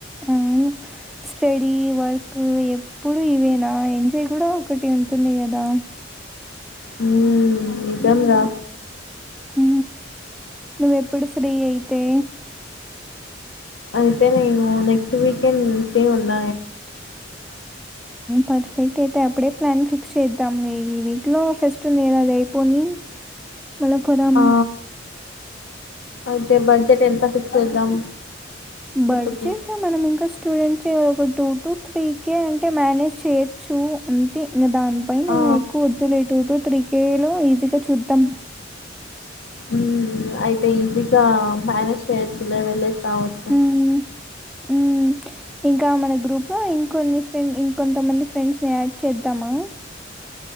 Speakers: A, in the centre; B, on the left.
A: అవును. Study work. ఎప్పుడు ఇవే నా ఎజ అంటే కూడా ఒకటి ఉంటుంది కదా
B: హ నిజం రా
A: హ నువ్వెప్పుడు ఫ్రీ అయితే
B: అయితేనే నను నెక్స్ట్ నేను నెక్స్ట్ వీక్ ఫ్రీ గా ఉన్న
A: పర్ఫెక్ట్ అయితే అప్పుడే ప్లాన్ ఫిక్స్ చేద్దాం ఈ వీక్ లో ఫస్ట్ ఉంది ఏద అది అయిపోని మల్ల పోదాం
B: ఆ! అయితే బడ్జెట్ ఎంత ఫిక్స్ చేద్దాం ట్రిప్‌కి?
A: బడ్జెట్ మనం ఇంకా స్టూడెంట్స్ ఒక టూ టు త్రీ కే అంటే మేనేజ్ చేయొచ్చు అంతే ఇంకా దాని ప
B: ఆ!
A: ఎక్కువ వద్దులే టటు టటు త్రీ కేలో ఈజీగా చూద్దాం
B: ఉ అయితే ఈజీగా మేనేజ్ చేయొచ్చులే వెళ్లే రావచ్చు
A: మ్మ్ మ్మ్ ఇంకా మన గ్రూప్లో ఇంకొన్ని ఫ్రెండ్ ఇంకొంతమంది ఫ్రెండ్స్ ని యాడ్ చేద్దాము